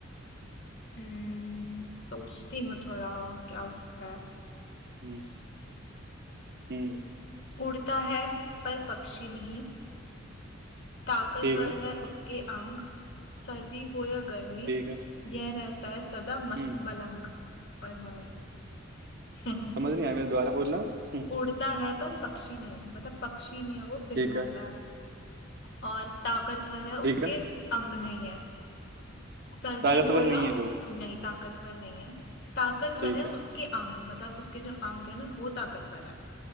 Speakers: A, on the left (about 60°); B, on the right (about 50°).
A: हम्म, सोचती हूँ थोड़ा क्या हो सकता है
B: हम्म हम्म,
A: उड़ता है पर पक्षी नहीं ताकतवर
B: ठीक है
A: है उसके अंग सर्दी हो या गर्मी
B: ठीक है
A: यह रहता है सदा मस्त
B: हम्म
A: मलंग ओए होए <laughs>
B: समझ नहीं आया मेरे द्वारा बोलना हम्म,
A: उड़ता है पर पक्षी नहीं मतलब पक्षी नहीं है वो फिर
B: ठीक
A: भी उड़ता
B: है
A: है और ताकतवर है उसके
B: ठीक है
A: अंग नहीं है सर्दी
B: ताकतवर
A: हो या
B: नहीं है वो
A: नहीं ताकतवर नहीं है ताकतवर
B: ठीक
A: है
B: है
A: उसके अंग मतलब उसके जो अंग है ना वो ताकतवर है